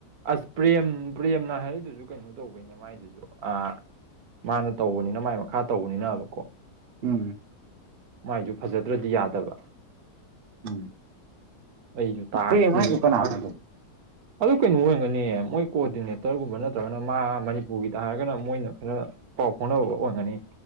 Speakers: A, on the right; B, on the right.
A: ꯑꯁ ꯄ꯭ꯔꯦꯝ ꯄ꯭ꯔꯦꯝꯅ ꯍꯥꯏꯔꯛꯗꯨꯁꯨ ꯀꯩꯅꯣ ꯇꯧꯕꯩꯅꯦ ꯃꯥꯏꯗꯨꯁꯨ ꯑ ꯃꯥꯅ ꯇꯧꯕꯅꯤꯅ ꯃꯥꯏ ꯃꯈꯥ ꯇꯧꯕꯅꯤꯅꯕꯀꯣ
B: ꯎꯝ
A: ꯃꯥꯏꯁꯨ ꯐꯖꯗ꯭ꯔꯗꯤ ꯌꯥꯗꯕ
B: ꯎꯝ
A: ꯑꯩꯁꯨ ꯇꯥꯛꯁꯀꯤ
B: ꯎ ꯄꯔꯦꯝ ꯍꯥꯌꯖꯦ ꯀꯅꯥꯅꯣ
A: ꯈꯪ
B: ꯑꯗꯨꯝ
A: ꯑꯗꯨ ꯀꯩꯅꯣ ꯑꯣꯏꯔꯒꯅꯤ ꯃꯣꯏ ꯀꯣꯑꯣꯗꯤꯅꯦꯇꯔꯒꯨꯝꯕ ꯅꯠꯇ꯭ꯔꯒꯅ ꯃꯥ ꯃꯅꯤꯄꯨꯔꯒꯤꯗ ꯍꯥꯏꯔꯒꯅ ꯃꯣꯏꯅ ꯈꯔ ꯄꯥꯎ ꯐꯥꯎꯅ ꯑꯣꯏꯡꯒꯅꯤ